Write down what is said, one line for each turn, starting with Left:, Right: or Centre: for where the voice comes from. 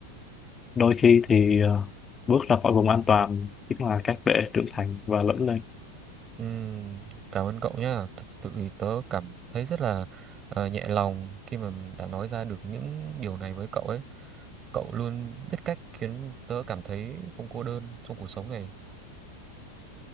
Left: đôi khi thì ờ, bước ra khỏi vùng an toàn chính là cách để trưởng thành và lớn lên
Right: Ừm, cảm ơn cậu nhá thực sự thì tớ cảm thấy rất là ờ, nhẹ lòng khi mà đã nói ra được những điều này với cậu ấy cậu luôn biết cách khiến tớ cảm thấy không cô đơn trong cuộc sống này